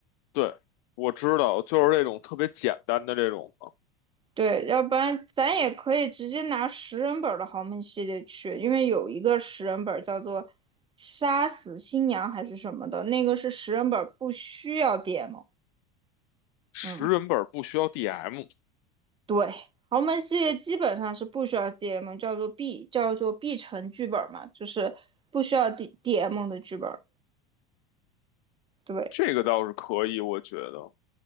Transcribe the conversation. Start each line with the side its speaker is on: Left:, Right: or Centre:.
Left: 对，我知道，就是这种特别简单的这种的，
Right: 对，要不然咱也可以直接拿十人本儿的豪门系列去，因为有一个十人本儿叫做“杀死新娘”还是什么的，那个是十人本儿不需要 DM。
Left: 十人本不需要
Right: 嗯，
Left: DM，
Right: 对，豪门系列基本上是不需要 DM，叫做 B，叫做 B 城剧本嘛，就是不需要 D DM 的剧本对，
Left: 这个倒是可以，我觉得